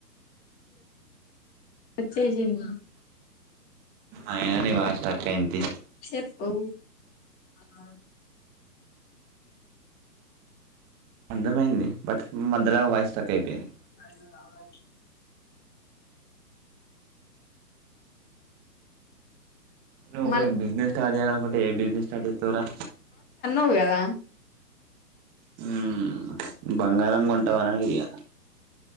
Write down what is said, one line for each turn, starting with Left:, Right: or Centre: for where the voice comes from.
Left: వచ్చేసింది
Right: అయినా నీ వాయిస్ స్ట్రక్ అయింది
Left: చెప్పు ఆ
Right: అర్ధంమైంది బట్ మధ్యల వాయిస్ స్టక్ అయిపోయింది
Left: అ అ
Right: నువ్ ఒకవేళ
Left: మళ్ళ
Right: బిజినెస్ స్టార్ట్ చేయ్యాలినుకుంటే ఏం బిజినెస్ స్టార్ట్ చేస్తావురా
Left: ఫుడ్ మీద
Right: హ్మ్ బంగారంం కొంటవనా ఏందీ ఇగ